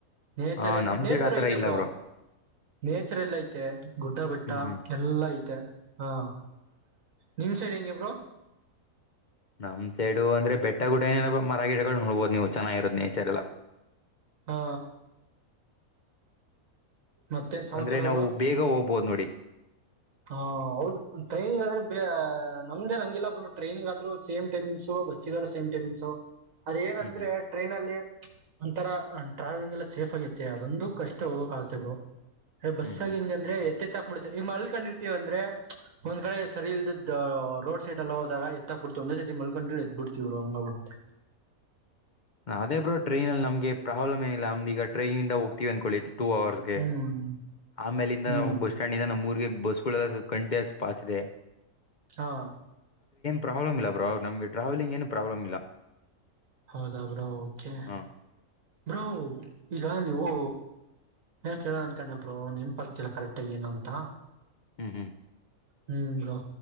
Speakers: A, on the right; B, on the left.
A: ನೇಚರ್
B: ಹ
A: ಏನು
B: ನಮ್
A: ನೇಚರ್
B: ಸೈಡ್ ಆತರ
A: ಐತೆ
B: ಇಲ್ಲ
A: ಬ್ರೋ ನೇಚರ್ ಎಲ್ಲ ಐತೆ ಗುಡ್ಡ ಬೆಟ್ಟ
B: ಹ್ಮ್ ಹ್ಮ್
A: ಎಲ್ಲಾ ಐತೆ ಮತ್ತೆ ಹಾ ನಿಮ್ ಸೈಡ್ ಹೆಂಗೆ ಬ್ರೋ
B: ನಮ್ ಸೈಡು ಅಂದ್ರೆ ಬೆಟ್ಟ ಗುಡ ಏನ ಮರ ಗಿಡಗಳು ನೋಡ್ಬೋದು ನೀವು ಚೆನ್ನಾಗಿರೋದು ನೇಚರ್ ಎಲ್ಲ
A: ಹಾ ಮತ್ತೇನ್ ಸಮಾಚಾರ
B: ಅಂದ್ರೆ ನಾವು
A: ಬ್ರೋ
B: ಬೇಗ ಹೋಗಬಹದು ನೋಡಿ <inaudible>
A: ಹಾ ಹೌದು ಟ್ರೈನಿಗ ಆದ್ರೆ ನಮ್ದೇ ನ ಹಂಗಿಲ್ಲ ಟ್ರೈನಿಗ ಆದ್ರೂ ಸೇಮ್ ಟೈಮಿಂಗ್ಸು ಬಸ್ಸ ಗಾದರು ಸೇಮ್ ಟೈಮಿಂಗ್ಸು ಅದ ಏನಂದ್ರೆ
B: ಹ್ಮ್ ಹ್ಮ್
A: ಟ್ರೈನ್ ಅಲ್ಲಿ ಒಂತರ ಟ್ರಾವೆಲಿಂಗ್ ಎಲ್ಲ ಸೇಫ್ ಆಗಿರುತ್ತೆ ಅದೊಂದು ಕಷ್ಟ ಹೋಗಕ ಆಗತ್ತೆ ಬ್ರೋ. ಅ ಬಸ್ಸಗ
B: ಹ್ಮ್ ಹ್ಮ್
A: ಹೆಂಗ ಅಂದ್ರೆ ಎತಿ ತಬಿುತ್ತೆ ಈ ಮಲಕಂಡ ಇರ. ಇತೀವ ಅಂದ್ರೆ ಒಂದ್ ಕಡೆ ಸರಿ ಇಲ್ದ ರೋಡ್ ಸೈಡ್ ಎಲ್ಲ ಹೋದಾಗ ಎತ್ತಕ್ಬಿಡ್ತವಿ ಒಂದೇ ಸತಿ ಮಲ್ಕೊಂಡ್ರ ಎದ್ಬಿಡ್ತಿವ್ರು ಹಂಗ ಆಬಿಡುತ್ತೆ.
B: ಅದೇ ಬ್ರೋ ಟ್ರೈನ ಅ ನಮಗೆ ಪ್ರಾಬ್ಲಮ ಏನಿಲ್ಲ ಅಮ್ದ ಈಗಟ್ರೈನಿಂದ ಹೋಗತಿವಿ ಅಂದಕೋಳಿ. ಟು ಅವರ್ ಗೆ.
A: ಹ್ಮ್
B: ಆಮೇಲಿಂದ
A: ಹ್ಮ್
B: ನಾವು ಬಸ್ ಸ್ಟ್ಯಾಂಡ ನಿಂದ. ನಮ್ಮ್ ಊರಿಗೆ ಬಸ್ಸುಗಳ ಕಂಟೆಯಸ ಪಾಸ್ ಗಳಿಗೆ.
A: ಹಾ
B: ಪ್ರಾಬ್ಲಮ್ ಇಲ್ಲ ಬ್ರೋ ನಮಗೆ ಟ್ರಾವೆಲಿಂಗ್ ಏನು ಪ್ರಾಬ್ಲಮ್ ಇಲ್ಲ.
A: ಹೌದಾ ಬ್ರೋ ಓಕೆ
B: ಹ
A: ಬ್ರೋ ಈಗ ನೀವು. ಏ ಕೇಳೋನ ಅನ್ಕೊಂಡೆ ಬ್ರೋ ನೆನಪಾಗುತ್ತಿಲ್ಲ ಕರೆಕ್ಟ ಆಗಿ ಏನು ಅಂತ.
B: ಹ್ಮ್ ಹ್ಮ್.
A: ಹ್ಮ್ ಬ್ರೋ